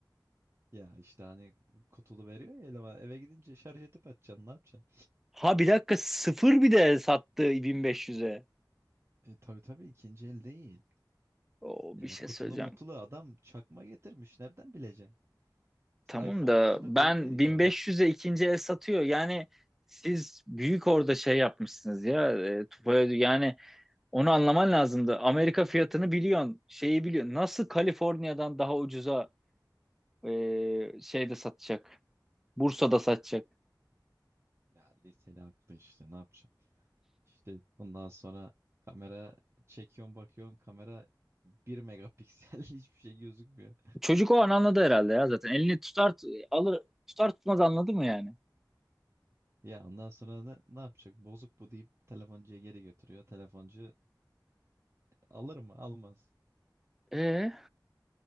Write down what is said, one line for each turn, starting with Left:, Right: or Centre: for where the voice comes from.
Right: Ya işte hani kutulu veriyor ya eleme. Eve gidince şarj edip açacaksın ne yapacaksın?
Centre: Ha bir dakika sıfır bir de sattı 1500'e.
Right: E tabii tabii ikinci el değil.
Centre: O
Right: Yani
Centre: bir şey
Right: kutulu
Centre: söyleyeceğim.
Right: mutulu adam çakma getirmiş. Nereden bileceksin? Kız
Centre: Tamam
Right: iPhone
Centre: da
Right: kutusuna
Centre: ben
Right: koyup veriyor.
Centre: 1500'e ikinci el satıyor. Yani siz büyük orada şey yapmışsınız ya. E, Tufaya- yani onu anlaman lazımdı. Amerika fiyatını biliyorsun, şeyi biliyorsun. Nasıl Kaliforniya'dan daha ucuza Ee, şeyde satacak. Bursa'da satacak.
Right: Ya liseli aklı işte ne yapacaksın? İşte ondan sonra kamera çekiyorsun bakıyorsun kamera bir megapiksel <laughs> hiçbir şey gözükmüyor.
Centre: Çocuk o an anladı herhalde ya zaten. Elini tutar alır tutar tutmaz anladı mı yani?
Right: Ya ondan sonra ne, ne yapacak? Bozuk bu deyip telefoncuya geri götürüyor. Telefoncu alır mı? Almaz.
Centre: Ee,